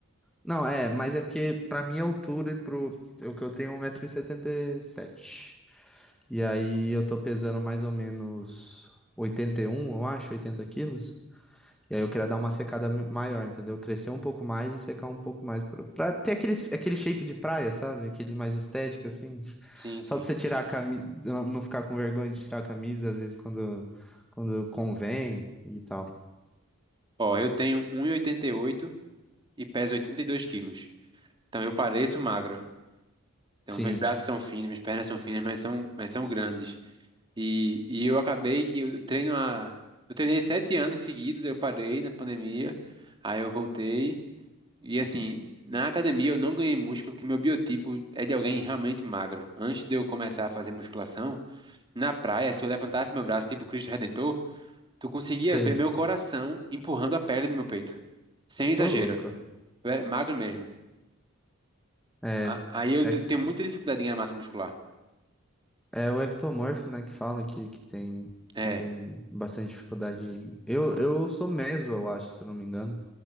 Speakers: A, in the centre; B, on the right.
A: Não, é, mas é que pra minha altura e pro. Eu que eu tenho um metro e setenta e sete E aí eu tô pesando mais ou menos 81, eu acho, 80 quilos. E aí eu queria dar uma secada mi- maior, entendeu? Crescer um pouco mais e secar um pouco mais. Pra, pra ter aquele, aquele shape de praia, sabe? Aquele mais estético, assim. <laughs>
B: Sim, sim.
A: Só pra você tirar a camisa, não ficar com vergonha de tirar a camisa, às vezes quando, quando convém e tal.
B: Ó, eu tenho 1,88 e oitenta e oito e peso 82 quilos. Então eu pareço magro. Então
A: Sim,
B: meus braços são finos, minhas pernas são finas, mas são, mas são grandes. E, e eu acabei que eu treino há. Eu treinei sete anos seguidos, eu parei na pandemia, aí eu voltei. E assim, na academia eu não ganhei músculo, porque meu biotipo é de alguém realmente magro. Antes de eu começar a fazer musculação, na praia, se eu levantasse meu braço tipo Cristo Redentor, tu conseguia
A: você.
B: ver meu coração empurrando a pele do meu peito. Sem exagero.
A: Ô, louco.
B: Eu era magro mesmo.
A: É,
B: A- Aí eu
A: é.
B: de- tenho muita dificuldade em ganhar massa muscular.
A: É o ectomorfo, né, que falam que, que tem,
B: É,
A: que tem bastante dificuldade. de- Eu, eu sou meso, eu acho, se eu não me engano.